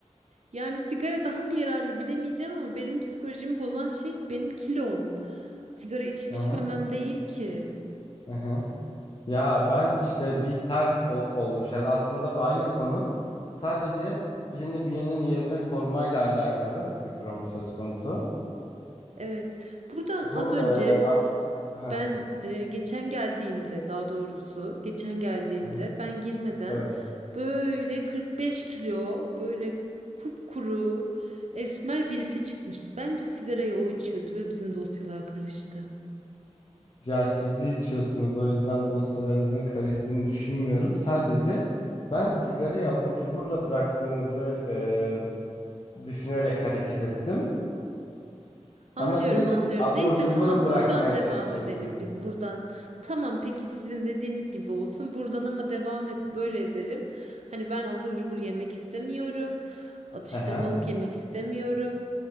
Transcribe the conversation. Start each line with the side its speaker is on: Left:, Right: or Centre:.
Right: Yani sigara daha mı yararlı bilemeyeceğim ama benim psikolojimi bozan şey benim kilom. Sigara içip
Left: Aha,
Right: içmemem değil ki.
Left: aha. Ya ben işte bir ters ol- olmuş. Yani aslında aynı konu. Sadece birini birinin yerine korumayla alakalı bir durum söz konusu.
Right: Evet. Buradan
Left: Bu
Right: az önce
Left: e, a- Heh,
Right: ben e, geçen geldiğimde daha doğrusu geçen geldiğimde
Left: aha,
Right: ben girmeden
Left: evet.
Right: böyle 45 kilo böyle kupkuru esmer birisi çıkmıştı. Bence sigarayı o içiyordu ve bizim dosyalar karıştı.
Left: Ya siz de içiyorsunuz o yüzden dosyalarınızın karıştığını düşünmüyorum. Sadece ben sigarayı abur cuburla bıraktığınızı e, düşünerek hareket ettim.
Right: Anlıyorum,
Left: Ama siz
Right: anlıyorum.
Left: abur
Right: Neyse
Left: cuburu
Right: tamam
Left: bırakmaya
Right: buradan devam
Left: çalışıyorsunuz.
Right: edelim biz buradan. Tamam peki sizin dediğiniz gibi olsun. Buradan ama devam et böyle edelim. Hani ben abur cubur yemek istemiyorum. Atıştırmalık
Left: Aha,
Right: yemek istemiyorum.